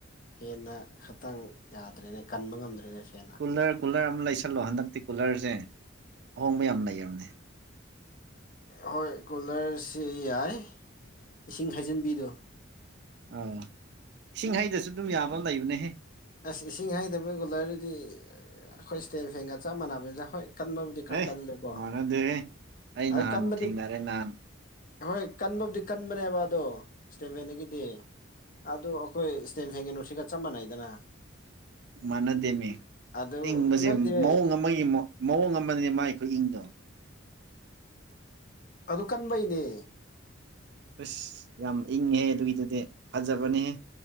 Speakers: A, on the left (about 40°); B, on the right (about 55°).
A: ꯐꯦꯟꯅ ꯈꯥꯇꯡ ꯌꯥꯗ꯭ꯔꯦꯅꯦ ꯀꯟꯕ ꯉꯝꯗ꯭ꯔꯦꯅꯦ ꯐꯦꯟꯅ
B: ꯀꯨꯜꯂꯔ ꯀꯨꯜꯂꯔ ꯑꯃ ꯂꯩꯁꯜꯂꯣ ꯍꯟꯗꯛꯇꯤ ꯀꯨꯂꯔꯖꯦ ꯑꯍꯣꯡꯕ ꯌꯥꯝ ꯂꯩꯔꯝꯅꯦ
A: ꯍꯣꯏ ꯀꯨꯂꯔꯁꯤ ꯌꯥꯏ ꯏꯁꯤꯡ ꯍꯩꯖꯤꯟꯕꯤꯗꯣ
B: ꯑꯪ ꯏꯁꯤꯡ ꯍꯩꯗꯁꯨ ꯑꯗꯨꯝ ꯌꯥꯕ ꯑꯝ ꯂꯩꯕꯅꯦꯍꯦ
A: ꯑꯁ ꯏꯁꯤꯡ ꯍꯩꯗꯕ ꯀꯨꯂꯔꯗꯤ ꯑꯩꯈꯣꯏ ꯏꯁꯇꯦꯟ ꯐꯦꯟꯒ ꯆꯞ ꯃꯥꯟꯕꯅꯤꯗ ꯍꯣꯏ ꯀꯟꯕꯕꯨꯗꯤ ꯈꯔ
B: ꯍꯦ
A: ꯀꯜꯂꯦꯀꯣ
B: ꯃꯥꯟꯅꯗꯦꯍꯦ ꯑꯩ
A: ꯑꯗꯨ
B: ꯅꯍꯥꯟ
A: ꯀꯟꯕꯗꯤ꯫
B: ꯊꯦꯡꯅꯔꯦ ꯅꯍꯥꯟ
A: ꯍꯣꯏ ꯀꯟꯕꯕꯨꯗꯤ ꯀꯟꯕꯅꯦꯕ ꯑꯗꯣ ꯏꯁꯇꯦꯟ ꯐꯦꯟꯗꯒꯤꯗꯤ ꯑꯗꯨ ꯑꯩꯈꯣꯏ ꯏꯁꯇꯦꯟ ꯐꯦꯟꯒꯤ ꯆꯞ ꯃꯥꯟꯅꯩꯗꯅ
B: ꯃꯥꯟꯅꯗꯦꯃꯤ
A: ꯑꯗꯨ
B: ꯏꯪꯕꯁꯦ
A: ꯅꯠꯇꯦ
B: ꯃꯑꯣꯡ ꯑꯃꯒꯤ ꯃꯥ ꯃꯑꯣꯡ ꯑꯃꯅꯦ ꯃꯥꯏ ꯈꯨꯏꯪꯗꯣ
A: ꯑꯗꯨ ꯀꯟꯕꯩꯅꯦ
B: ꯑꯁ ꯌꯥꯝ ꯏꯪꯉꯦꯍꯦ ꯑꯗꯨꯒꯤꯗꯨꯗꯤ ꯐꯖꯕꯅꯤꯍꯦ